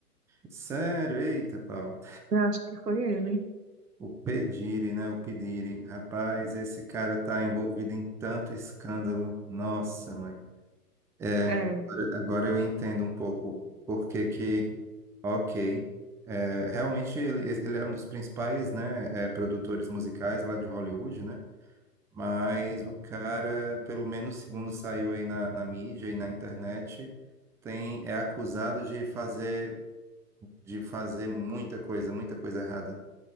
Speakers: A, in the centre; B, on the right.
A: sério, eita, pau.
B: Eu acho que foi ele.
A: O Pedire, né? O Pedire, rapaz, esse cara tá envolvido em tanto escândalo. Nossa, mãe. É,
B: É,
A: agora eu entendo um pouco por que que, ok, é, realmente ele, ele é um dos principais, né, é, produtores musicais lá de Hollywood, né, mas o cara, pelo menos segundo saiu aí na, na mídia e na internet, tem, é acusado de fazer, de fazer muita coisa, muita coisa errada,